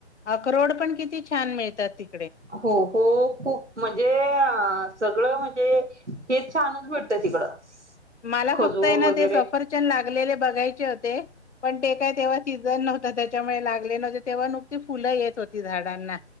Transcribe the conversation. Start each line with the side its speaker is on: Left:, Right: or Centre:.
Left: अक्रोड पण किती छान! मिळतात ते
Right: हो हो खूप म्हणजे अ सगळं म्हणजे हेच छानच भेटतं तिकडं.
Left: मला
Right: खजूर
Left: फक्त आहे
Right: वगैरे
Left: ना, ते सफरचंद लागलेले बघायचे होते. पण ते काय तेव्हा सीझन नव्हतं, त्याच्यामुळे लागले नव्हते तेव्हा नुकती फुलं येत होती झाडांना.